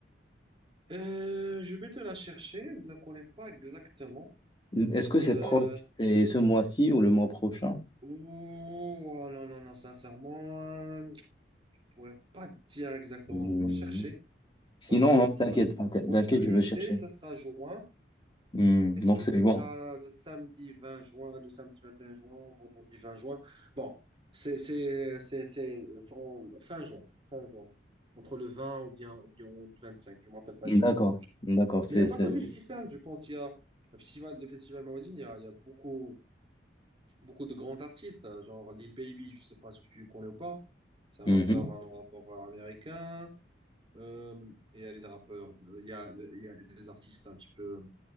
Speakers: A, on the right (about 30°); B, on the left (about 25°).
A: Euh, je vais te la chercher, je la connais pas exactement.
B: Est-ce que c'est
A: Euh,
B: proche? C'est ce mois-ci ou le mois prochain?
A: ouh, oh non, non, non, sincèrement, je pourrais pas te dire exactement,
B: Hmm.
A: je dois chercher.
B: Sinon,
A: Parce que
B: non, t'inquiète,
A: moi, ce que,
B: t'inquiète,
A: moi,
B: t'inquiète,
A: ce que je
B: je vais
A: sais,
B: chercher.
A: ça sera juin.
B: Hmm,
A: Est-ce
B: Donc
A: que
B: c'est
A: ça
B: juin.
A: sera le samedi 20 juin, le samedi 21 juin, vendredi 20 juin? Bon, c'est c'est- c'est- c'est- sans- fin juin, fin juin, entre le 20 ou bien, ou bien le 25, je ne me rappelle pas
B: Hmm,
A: exactement.
B: D'accord, d'accord, c'est,
A: Mais il n'y a pas
B: c'est...
A: que 50 Cent, je pense, il y a le festival, le festival Maozine, il y a, il y a beaucoup, beaucoup de grands artistes, hein, genre Lil Baby, je ne sais pas si tu le connais ou pas, c'est un
B: Mhm.
A: rappeur, un rappeur américain, Euh, il y a les rappeurs, il y a, il y a les artistes un petit peu